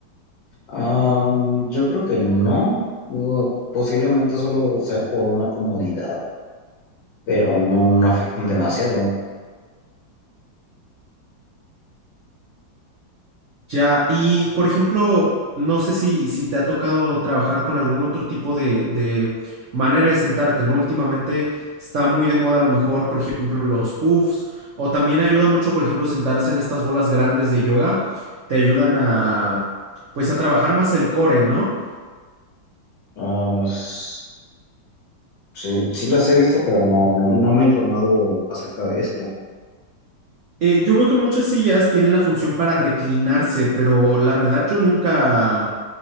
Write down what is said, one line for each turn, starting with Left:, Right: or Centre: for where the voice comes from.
Left: Am, yo creo que no. Digo, posiblemente solo sea por una comodidad, pero no, no afectan demasiado.
Right: Ya, y por ejemplo, no sé si, si te ha tocado trabajar con algún otro tipo de, de manera de sentarte, ¿no? Últimamente está muy de moda a lo mejor, por ejemplo, los puffs, o también ayuda mucho, por ejemplo, sentarse en estas bolas grandes de yoga, te ayudan a, pues, a trabajar más el core, ¿no?
Left: Ah, s- sí, sí las he visto, pero no, no, no me he informado acerca de esto.
Right: Eh, yo veo que muchas sillas tienen la función para reclinarse, pero la verdad yo nunca,